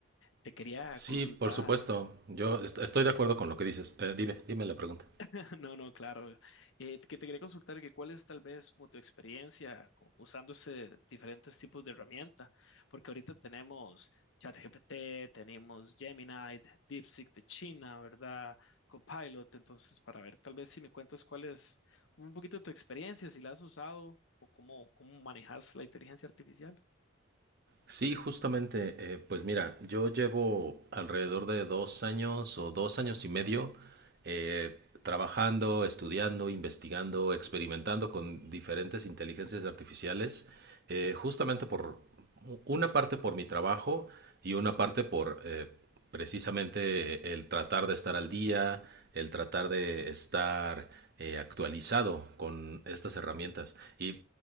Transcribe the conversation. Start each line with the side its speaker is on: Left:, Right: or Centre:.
Left: Te quería
Right: Sí,
Left: consultar
Right: por supuesto. Yo est- estoy de acuerdo con lo que dices. Eh, dime, dime la pregunta.
Left: <laughs> No, no, claro. Eh, que te quería consultar que cuál es tal vez como tu experiencia co- usando ese- diferentes tipos de herramienta, porque ahorita tenemos ChatGPT, tenemos Gemini, DeepSeek de China, ¿verdad? Copilot, entonces para ver tal vez si me cuentas cuál es como un poquito tu experiencia, si la has usado o cómo, cómo manejas la inteligencia artificial.
Right: Sí, justamente, eh, pues mira, yo llevo alrededor de dos años o dos años y medio eh, trabajando, estudiando, investigando, experimentando con diferentes inteligencias artificiales, eh, justamente por una parte por mi trabajo y una parte por eh, precisamente el tratar de estar al día, el tratar de estar eh, actualizado con estas herramientas. Y